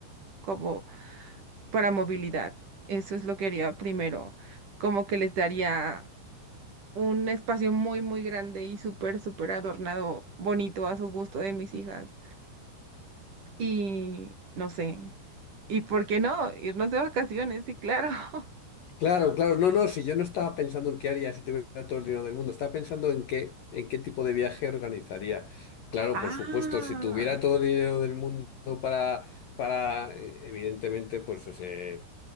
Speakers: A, on the right; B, on the left.
A: como para movilidad. Eso es lo que haría primero, como que les daría un espacio muy, muy grande y súper, súper adornado, bonito a su gusto de mis hijas. Y no sé, ¿y por qué no? Irnos de vacaciones, sí, claro,
B: Claro, claro, no, no, si yo no estaba pensando en qué haría si tuviera todo el dinero del mundo, estaba pensando en qué, en qué tipo de viaje organizaría. Claro,
A: <laughs>
B: por supuesto,
A: Ah,
B: si tuviera todo el dinero del mundo para, para, eh, evidentemente, pues, o sea,